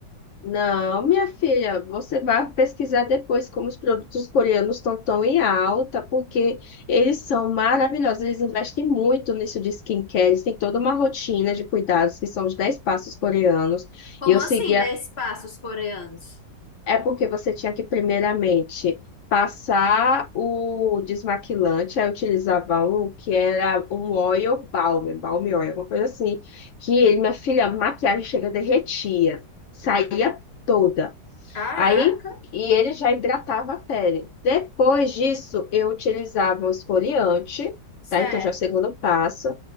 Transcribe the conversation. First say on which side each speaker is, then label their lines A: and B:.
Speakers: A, on the left; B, on the left.
A: Não, minha filha, você vai pesquisar depois como os produtos coreanos estão tão em alta, porque eles são maravilhosos, eles investem muito nisso de skincare, eles têm toda uma rotina de cuidados, que são os 10 passos coreanos.
B: Como
A: E eu
B: assim,
A: segui
B: 10 passos coreanos?
A: É porque você tinha que, primeiramente, passar o desmaquilante, aí eu utilizava um que era um oil balm, balm oil, alguma coisa assim, que, ele, minha filha, a maquiagem chega derretia, saía toda.
B: Caraca,
A: Aí, e ele já hidratava a pele. Depois disso, eu utilizava um esfoliante,
B: certo.
A: tá? Então, já é o segundo passo.